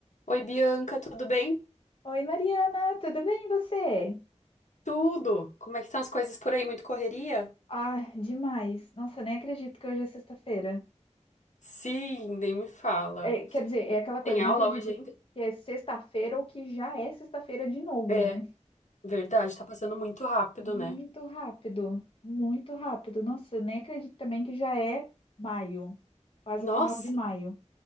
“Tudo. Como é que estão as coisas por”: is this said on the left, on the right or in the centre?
Left